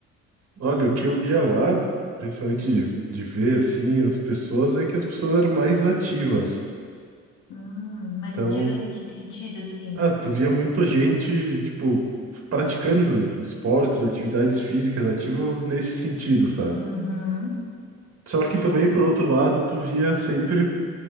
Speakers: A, on the right; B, on the left.
A: Olha, o que eu via lá, principalmente de, de ver, assim, as pessoas, é que as pessoas eram mais ativas.
B: Hum, mais
A: Então,
B: ativas em que sentido, assim?
A: ah, tu via muita gente, tipo, praticando esportes, atividades físicas, ativo nesse sentido, sabe?
B: Uhum.
A: Só que
B: É.
A: também, por outro lado, tu via sempre